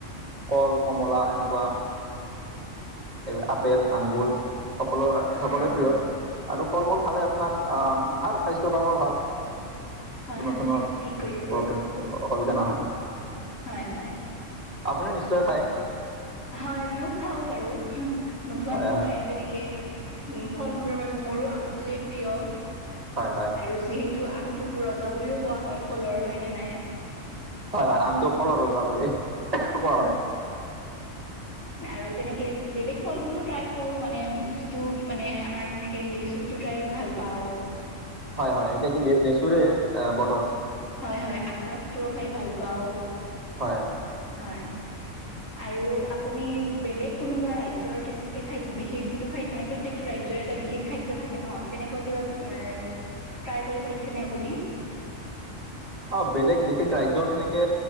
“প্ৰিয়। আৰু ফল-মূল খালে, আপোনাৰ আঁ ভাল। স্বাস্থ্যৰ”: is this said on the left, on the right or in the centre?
Right